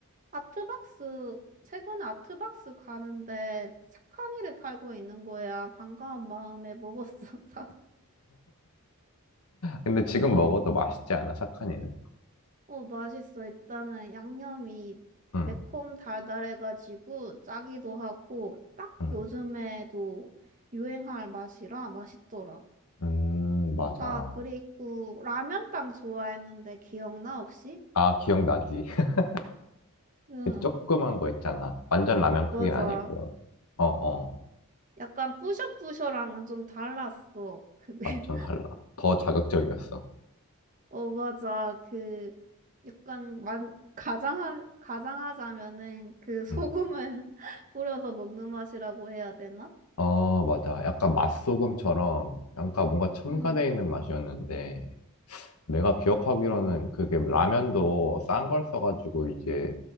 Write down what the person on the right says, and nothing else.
아트박스, 최근에 아트박스 가는데 착한 이를 팔고 있는 거야. 반가운 마음에 먹었어, <laughs> 사서.
어, 맛있어. 일단은 양념이
매콤 달달해가지고 짜기도 하고 딱
요즘에도 유행할 맛이라 맛있더라.
나 그리고 라면빵 좋아했는데 기억나 혹시?
응,
맞아.
약간 뿌셔뿌셔랑은 좀 달랐어. 그게
<laughs>
어 맞아. 그 약간 만 가장한 가장하자면은 그 소금을
<laughs> 뿌려서 먹는 맛이라고 해야 되나?
응,